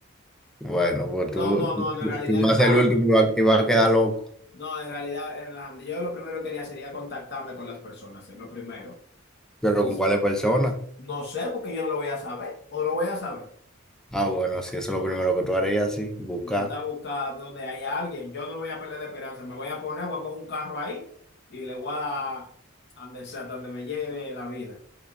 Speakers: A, in the centre; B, on the left.
A: Bueno, pues tú,
B: No, no, no, no, en realidad
A: tú vas
B: es relajando.
A: a ser el <laughs> último y vas, y vas a quedar loco.
B: No, en realidad, Hernán, yo lo primero que haría sería contactarme con las personas, es lo primero.
A: Pero
B: Y
A: ¿con
B: s-
A: cuáles personas?
B: no sé, porque yo no lo voy a saber, o lo voy a saber.
A: Ah, bueno, sí, eso es lo primero que tú harías, sí, buscar.
B: Intentar buscar donde hay alguien. Yo no voy a perder la esperanza, me voy a poner, voy a coger un carro ahí y le voy a dar a donde sea, hasta donde me lleve la vida.